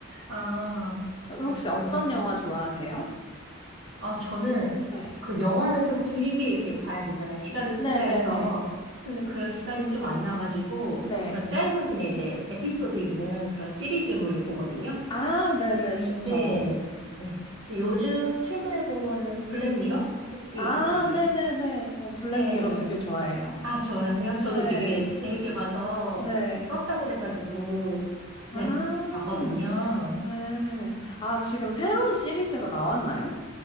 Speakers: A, on the right (about 65°); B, on the left (about 25°).
A: 아,
B: 혹시
A: 그러셨구나.
B: 어떤 영화 좋아하세요?
A: 아, 저는
B: 네.
A: 그 영화는 좀 길게 이렇게 봐야 되잖아요. 시간을 투자해서.
B: 네네네.
A: 근데 그럴 시간이 좀 안 나가지고,
B: 네.
A: 전 짧은 그냥 이제 에피소드 있는 그런 시리즈물 보거든요.
B: 아, 네네,
A: 네,
B: 좋죠.
A: 네, 네. 그래서 요즘 최근에 본 거는 블랙미러? 혹시
B: 아,
A: 아세요?
B: 네네네. 저 블랙미러
A: 네.
B: 되게 좋아해요.
A: 아, 좋아하세요? 저도
B: 네.
A: 되게 재밌게 봐서
B: 네.
A: 떴다 그래가지고
B: 아.
A: 네, 봤거든요.
B: 네. 아, 지금 새로운 시리즈가 나왔나요?